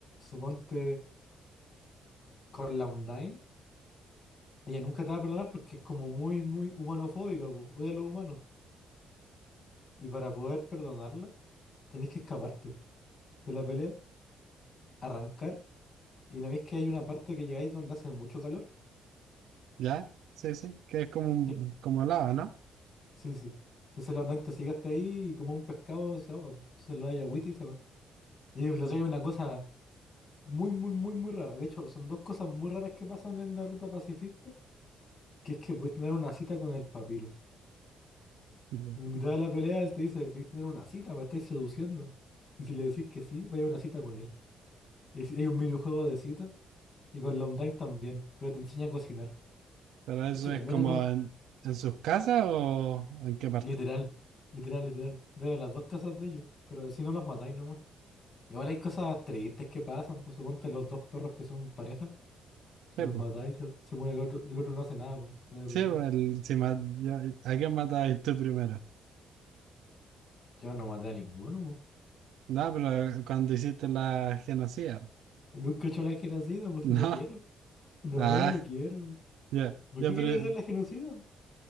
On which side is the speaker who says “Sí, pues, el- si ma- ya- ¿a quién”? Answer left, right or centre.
Right